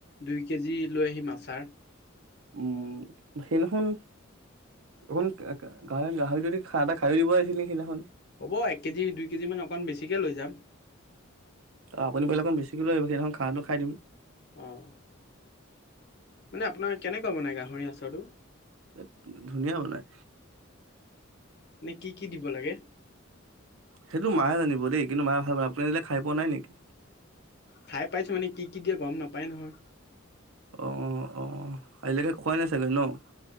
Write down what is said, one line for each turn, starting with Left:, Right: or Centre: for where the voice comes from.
Left: দুই কেজি লৈ আহিম আচাৰ
Right: উম, সেইদিনাখন অখন গাহ - গাহৰি, যদি খাই এটা, খাই দিব আহিছিল নি সেইদিনাখন
Left: হ'ব এক কেজি, দুই কেজি মান অকণমান বেছিকে লৈ যাম।
Right: আপুনি বোলে অকণ বেছিকৈ লৈ আহিব সেইদিনাখন খানাটো খাই দিম।
Left: অ', মানে আপোনাৰ কেনেকুৱা বনায় গাহৰি আচাৰটো?
Right: এ ধুনীয়া বনাই।
Left: এনে কি, কি দিব লাগে?
Right: সেইটো মায়ে জানিব দেই, কিন্তু মায়ে ভাল পায়, আপুনি নলে <unintelligible> খাই পোৱা নাই নেকি?
Left: খাই পাইছোঁ, মানে কি, কি দিয়ে গম নাপায় নহয়।
Right: অ, অ, আজিলৈকে খোৱাই নাই চাগৈ ন'?